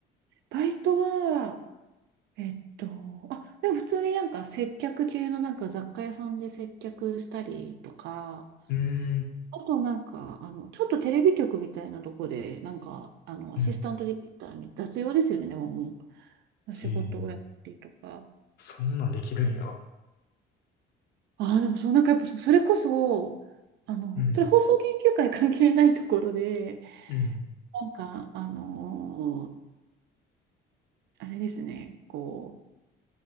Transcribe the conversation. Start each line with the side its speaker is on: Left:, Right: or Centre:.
Right: バイトは、えっと、あ、でも普通になんか接客系のなんか雑貨屋さんで接客したりとか、
Left: うーん。
Right: あとなんか、あの、ちょっとテレビ局みたいなとこで、なんか、あの、
Left: うん。
Right: アシスタントディレクターに雑用ですよね、でももう、仕事をやったりとか。
Left: ええそんなんできるんや。
Right: ああ、でもそう、なんかやっぱそれこそ、あの、
Left: うん。
Right: それ放送研究会関係ないところで、
Left: うん。
Right: なんか、あのーあれですね、こう、